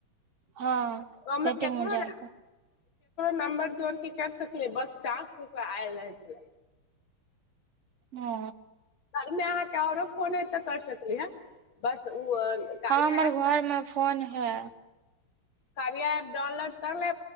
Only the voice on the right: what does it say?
हँ
सेटिंगमेज
क
हू
हँ हमर
घरमे फोन है